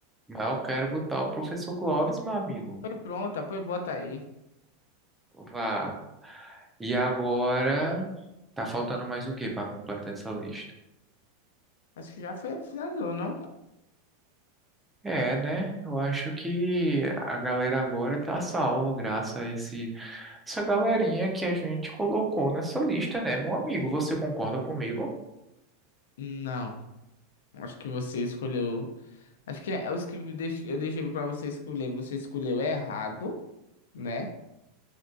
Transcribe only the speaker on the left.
Foi pronta, foi bota aí.
Acho que já foi, finalizou, não?
Não. Acho que você escolheu. Acho que é os que deix- eu deixei pra você escolher. Você escolheu errado, né?